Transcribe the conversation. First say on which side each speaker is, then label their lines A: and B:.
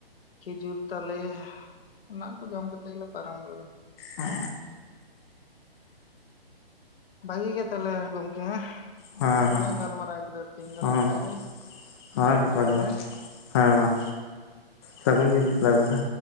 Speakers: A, on the left; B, on the left.
A: ᱠᱷᱤᱡᱩᱨ ᱛᱟᱞᱮ ᱚᱱᱟ ᱠᱚ ᱡᱚᱢ ᱠᱟᱛᱮ ᱜᱮᱞᱮ ᱯᱟᱨᱚᱢ ᱠᱟᱫᱟ
B: ᱚ
A: ᱵᱷᱟᱹᱜᱤ ᱜᱮ ᱛᱟᱦᱚᱞᱮ ᱜᱚᱢᱠᱮ ᱦᱮᱸ
B: ᱦᱮᱸ
A: ᱟᱭᱢᱟ
B: ᱦᱮᱸ
A: ᱞᱟᱝ ᱜᱟᱞᱢᱟᱨᱟᱣ ᱠᱮᱫᱟ ᱛᱮᱦᱮᱧ ᱫᱚ
B: ᱦᱮᱸ
A: ᱱᱚᱝᱠᱟ ᱜᱮ
B: ᱦᱮᱸ
A: ᱢᱟᱱᱚᱛ
B: ᱱᱚᱝᱠᱟ
A: ᱡᱚᱦᱟᱨ
B: ᱜᱮ ᱢᱟ
A: ᱦᱮᱸ
B: ᱦᱮᱸ ᱥᱟᱹᱜᱩᱱ ᱧᱤᱫᱟᱹ ᱛᱟᱦᱚᱞᱮ